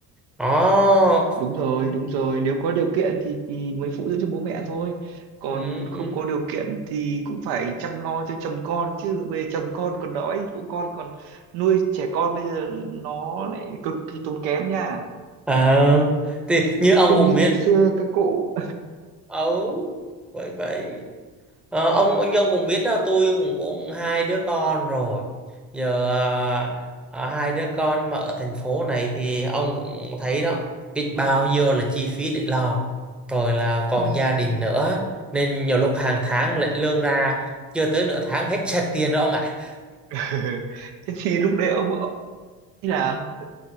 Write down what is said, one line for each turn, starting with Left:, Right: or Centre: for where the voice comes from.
Centre: đó
Right: đúng rồi đúng rồi nếu có điều kiện thì, thì mới phụ dưỡng cho bố mẹ thôi còn
Centre: ừ. ừ.
Right: không có điều kiện thì cũng phải chăm lo cho chồng con chứ bây giờ chồng con còn đói phụ con còn nuôi trẻ con bây giờ nó lại cực kỳ tốn kém nha
Centre: à thì như
Right: chứ
Centre: ông
Right: không
Centre: cũng
Right: như
Centre: biết
Right: ngày xưa các cụ
Centre: ừ vậy vậy Ờ, ông ông Nhân cũng biết đó tôi cũng cũng hai đứa con rồi giờ à, à, hai đứa con mà ở thành phố này thì ông cũng thấy đó biết bao nhiêu là chi phí để lo rồi là
Right: <laughs>
Centre: còn
Right: ừ,
Centre: gia đình nữa nên nhiều lúc hàng tháng
Right: ừ.
Centre: lĩnh lương ra chưa tới nửa tháng hết sạch tiền đó ông ạ
Right: <laughs> thế thì lúc đấy ông thế nào